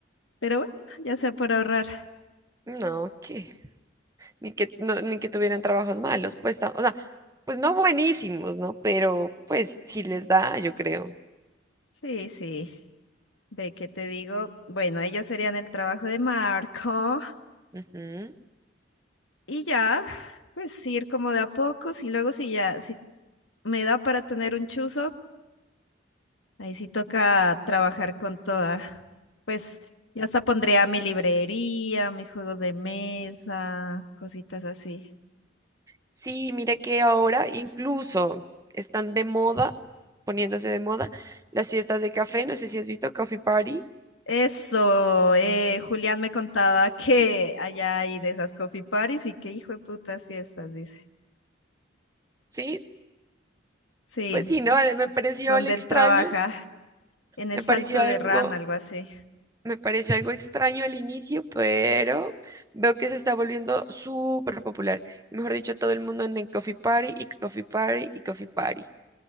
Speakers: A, on the left; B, on the right.
A: Pero bueno, ya sea por ahorrar.
B: No, que ni que no, ni que tuvieran trabajos malos, pues, ta- o sea, pues no buenísimos, ¿no? Pero pues sí les da, yo creo.
A: Sí, sí. Ve que te digo, bueno, ellos serían el trabajo de Marco
B: Ujú.
A: y ya, pues ir como de a pocos y luego si ya, si me da para tener un chuzo. Ahí sí toca trabajar con toda. Pues yo hasta pondría mi librería, mis juegos de mesa, cositas así.
B: Sí, mira que ahora incluso están de moda, poniéndose de moda las fiestas de café, no sé si has visto Coffee Party,
A: Eso, eh, Julián me contaba <laughs> que allá hay de esas coffee parties y que hijo de putas fiestas, dice.
B: ¿sí?
A: Sí,
B: Pues sí, ¿no? Me pareció
A: donde
B: el extraño
A: él trabaja, en el
B: Me
A: Salto
B: pareció algo,
A: de Ran, algo así.
B: me pareció algo extraño al inicio, pero veo que se está volviendo súper popular. Y mejor dicho, todo el mundo anda en Coffee Party y Coffee Party y Coffee Party.